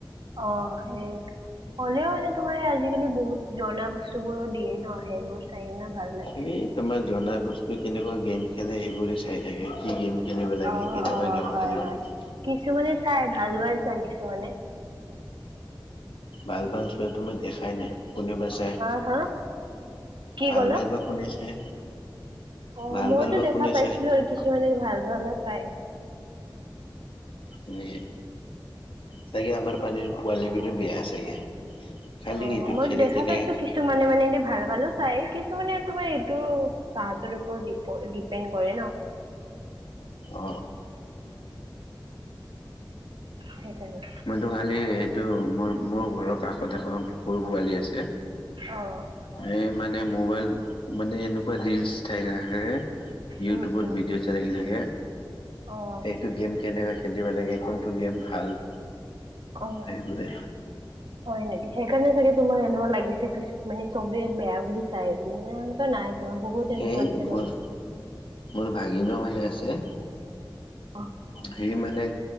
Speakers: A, on the right (about 65°); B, on the left (about 85°).
A: অ' হেই। হ'লেও মানে তোমাৰ আজিকালি বহুত জনা বস্তু বোৰো দিয়ে ন' সেইবোৰ চাই কিনে। ভাল লাগে
B: এই তোমাৰ জনা বস্তু কেনেকুৱা গেম খেলে সেইবোৰে চাই থাকে কি গেম। খেলিব লাগে
A: অ'
B: কেনেকুৱা
A: অ'
B: গেম
A: হয়,
B: খেলিব
A: হয়
B: লাগে
A: কিছুমানে চাই ভাল ভাল চাই কিছু। কিছুমানে।
B: ভাল ভাল চোৱা তো মই দেখাই নাই। কোনেবা চাই
A: হা, হা কি
B: ভাল
A: ক'লা?
B: ভাল বা কোনে চাই?
A: অ',
B: ভাল
A: মইতো
B: ভাল বা
A: দেখা
B: কোনে
A: পাইছিলো
B: চাই?
A: আৰু কিছুমানে ভাল ভালো চাই।
B: এনেই। চাগে আমাৰ <unintelligible> পোৱালী বোৰ বেয়া চাগে। খালি
A: অ'
B: এইটো
A: মই
B: খেলে
A: দেখা
B: কেনেকে
A: পাইছো, কিছুমানে মানে এনে ভাল ভালো চাই কিন্ত। কিছুমানে তোমাৰ এইটো তাহাঁতৰ ওপৰত নিৰ্ভ দি পেন্ট কৰে ন।
B: অ অ
A: সেইকাৰণে
B: মইতো ভালে এইটো মোৰ মোৰ ঘৰৰ কাষত এখন সৰু পোৱালি আছে।
A: অ'।
B: এ মানে মোবাইল মানে এনেকুৱা ৰিলচ্ চাই থাকে। ইউটিউবত
A: উম, উম,
B: ভিডিঅ' চাই লাগি থাকে
A: অ',
B: এইটো গেম কেনেকৈ খেলিব লাগে। কোনটো গেম ভাল
A: অ',
B: সেইবোৰে
A: হয় নেকি সেইকাৰণে চাগে তোমাৰ এনেকুৱ লাগিছে কিছুমানে। চবে বেয়া বুলি চাই বুলি মানে নাই। তোমাৰ বহুত এনেকুৱা
B: সেই
A: আছে
B: মোৰ
A: বাৰু
B: মোৰ ভাগিনো মানে। আছে
A: অ',
B: সি মানে।